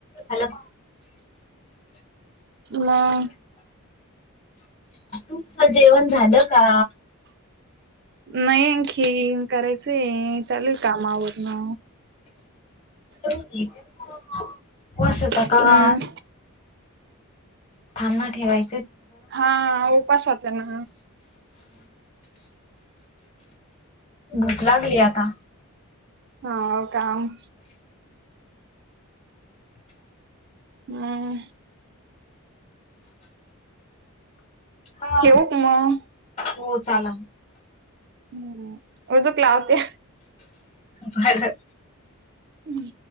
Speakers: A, on the left; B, on the right.
A: हॅलो!
B: मग
A: तुमच जेवण झालं का?
B: नई आणखीन करायचंय.. चालू हाय काम आवरन
A: उपवास होता
B: हम्म
A: काल थांब ना ठेवाय
B: हा उपास होता ना
A: भूक लागली आता
B: हा.. व काम हम्म
A: हा..
B: ठेवू का मग
A: हो चला.
B: हम्म.. उजूक लावते.
A: बरं
B: ह्म्म्